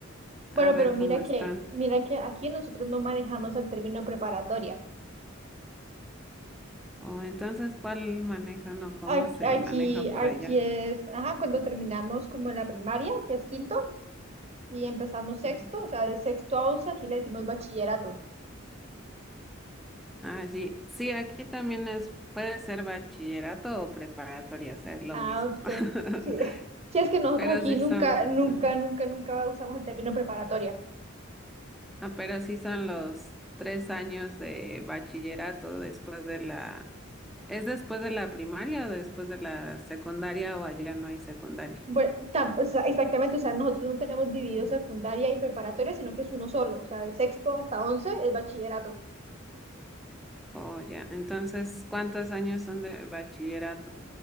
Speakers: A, on the right (about 30°); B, in the centre.
A: Bueno,
B: a ver
A: pero mira
B: cómo están.
A: que, mira que aquí nosotros no manejamos el término preparatoria.
B: O entonces, ¿cuál manejan o cómo
A: Ac-
B: se
A: Aquí,
B: maneja por
A: aquí
B: allá?
A: es, ajá, cuando terminamos como la primaria, que es quinto, y empezamos
B: Ujú.
A: sexto, o sea, de sexto a once, aquí le decimos bachillerato.
B: Ah, sí, sí, aquí también es, puede ser bachillerato o preparatoria, o sea, es lo
A: Ah,
B: mismo.
A: ok.
B: <laughs>
A: Sí, <laughs> sí es que nosotros
B: Pero
A: aquí
B: sí
A: nunca,
B: son,
A: nunca,
B: ajá.
A: nunca, nunca usamos el término preparatoria.
B: Ah, pero sí son los tres años de bachillerato después de la, ¿es después de la primaria o después de la secundaria o allá no hay secundaria?
A: Bueno, tam- o sea, exactamente, o sea, nosotros no tenemos dividido
B: Mm.
A: secundaria y preparatoria, sino que es uno solo, o sea, de sexto hasta once es bachillerato.
B: O ya, entonces, ¿cuántos años son de bachillerato?